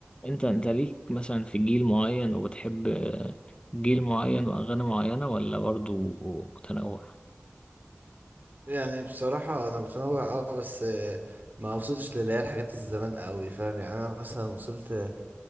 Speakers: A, on the left; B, on the right.
A: أنت أنت ليك مثلا في جيل معين وبتحب آه، جيل معين وأغاني معينة ولا برضه متنوع؟
B: يعني بصراحة انا متنوع اه بس آه، ما وصلتش للي هي الحاجات الزمان قوي فاهم يعني انا مثلا وصلت